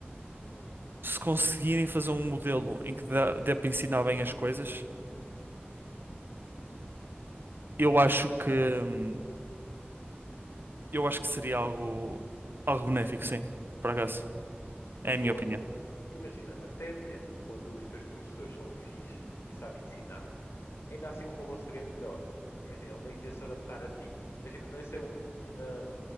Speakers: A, on the left; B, on the right.
A: uhum.
B: se conseguirem fazer um modelo em que dá, dê para ensinar bem as coisas, eu acho que hum, eu acho que seria algo algo benéfico, sim. Por acaso,
A: Mas
B: é a
A: tu,
B: minha opinião.
A: a- porque imagina, até mesmo quando os teus professores são fixe e sabem ensinar, ainda assim o robô seria melhor. Porque imagina, ele meio que ia se adaptar a ti. Imagina, não ia ser um, um, ah,